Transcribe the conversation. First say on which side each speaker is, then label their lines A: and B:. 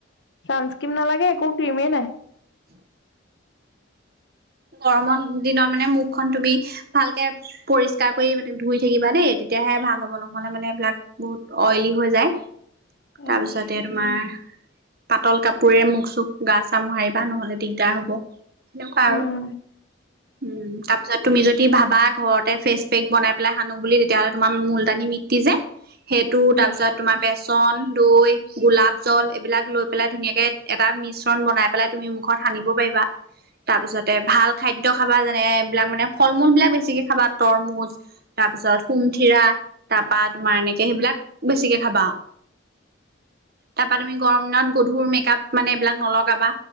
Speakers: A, on the left (about 60°); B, on the right (about 50°).
A: চানস্কিম নালাগে একো কিমেই নাই।
B: গৰমৰ দিনত মানে মুখখন তুমি ভালকে পৰিষ্কাৰ কৰি মানে ধুই থাকিবা দেই তেতিয়াহে ভাল হ'ব নহ'লে মানে এইবিলাক বহুত অইলি হৈ যায়,
A: উম
B: তাৰপিছতে তোমাৰ পাতল কাপোৰে মখ চুখ গা চা মোহাৰিবা নহলে দিগদাৰ হব, সেনেকুৱা
A: উম
B: আৰু। উম তাৰ পিছত তুমি যদি ভাবা ঘৰতে ফে পেক বনাই পেলাই সানো বুলি তেতিয়াহ'লে তোমাৰ মূলতানি মি্টি যে সেইটো
A: উম
B: তাৰপিছত তোমাৰ বেচন দৈ গোলাপ জল এইবিলাক লৈ পেলাই ধুনীয়াকে এটা মিশ্ৰণ বনাই পে তুমি মুখত সানিব পাৰিবা।
A: <inaudible>
B: তাৰপিছতে ভাল খাদ্য খাবা যেনে এইবিলাক মানে ফল মূল বিলাক বেছিকে খাবা তৰমুজ। তাৰ পিছত সোমথিৰা, তাৰপা তোমাৰ এনেকে সেইবিলাক বেছিকে খাবা। তাৰপা তুমি গৰম দিনত গধুৰ মেকপ মানে এইবিলাক নলগাবা,